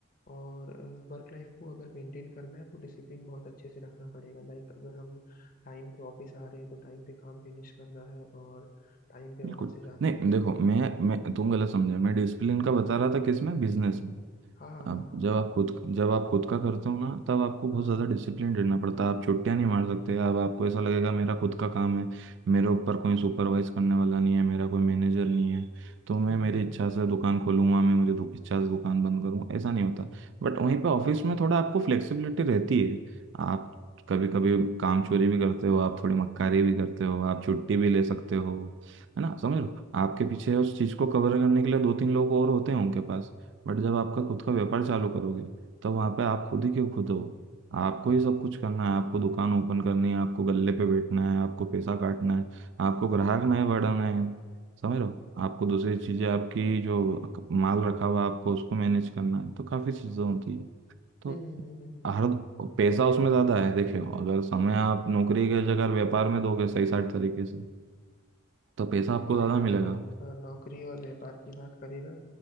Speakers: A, on the left (about 45°); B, on the right (about 60°).
A: और वर्क लाइफ को अगर मेंटेन करना है तो डिसिप्लिन बहुत अच्छे से रखना पड़ेगा लाइक अगर हम टाइम पे ऑफिस आ रहे हैं तो टाइम पे काम फिनिश करना है और टाइम पे वहां
B: बिल्कुल
A: से जाना
B: नहीं
A: है
B: देखो मैं मैं तुम गलत समझे मैं डिसिप्लिन का बता रहा था किसमें बिजनेस में
A: हाँ हाँ
B: आप
A: हाँ हाँ
B: जब आप खुद जब आप खुद का करते हो ना तब आपको
A: हाँ
B: बहुत ज़्यादा
A: हाँ
B: डिसिप्लिन रहना पड़ता है आप छुट्टियां नहीं मार सकते अब आपको ऐसा लगेगा मेरा खुद का काम है मेरे ऊपर कोई सुपरवाइज करने वाला नहीं है मेरा कोई मैनेजर नहीं है तो मैं
A: हम्म
B: मेरी
A: हम्म
B: इच्छा से दुकान खोलूंगा मैं मेरी दु- इच्छा से दुकान बंद करूंगा ऐसा नहीं होता बट वहीं पे ऑफिस में थोड़ा आपको फ्लेक्सिबिलिटी रहती है आप कभी कभी काम चोरी भी करते हो आप थोड़ी मक्कारी भी करते हो आप छुट्टी भी ले सकते हो है ना समझ लो आपके पीछे उस चीज़ को कवर करने के लिए दो तीन लोग और होते हैं उनके पास बट जब आपका खुद का व्यापार चालू करोगे तो वहां पे आप खुद ही क्यों खुद हो आपको ही सब कुछ करना है आपको दुकान ओपन करनी है आपको गल्ले पे बैठना है आपको पैसा काटना है आपको ग्राहक नए बढ़ाने हैं समझ रहे हो आपको दूसरी चीजें आपकी जो माल रखा हुआ है, आपको उसको मैनेज करना है तो काफी चीजें होती है तो
A: हम्म हम्म हम्म, हम्म।
B: हर पैसा उसमें ज्यादा है देखियो अगर समय आप नौकरी के जगह व्यापार में दोगे सही साइड तरीके से तो पैसा आपको
A: हाँ
B: ज्यादा
A: यार देखो
B: मिलेगा
A: अ, नौकरी और व्यापार की बात करें ना